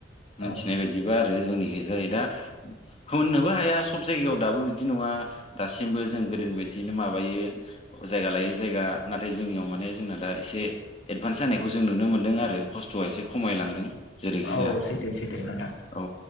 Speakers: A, on the left; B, on the left.
A: मोनथिनाय
B: औ
A: बायदिबा आरो जोंनिखै जायो दा होननोबो हाया सब जायगायाव दाबो बिदि नङा दासिमबो जों गोदोनि बायदियैनो माबायो। जायगा लायै जायगा नाथाय जोंनियाव माने जोंना दा एसे एडभान्स जानायखौ जों नुनो मोन्दों आरो खस्थआ एसे खमायलांदों। जेरैखि
B: औ
A: जाया
B: सैथो सैथो नोंथां
A: औ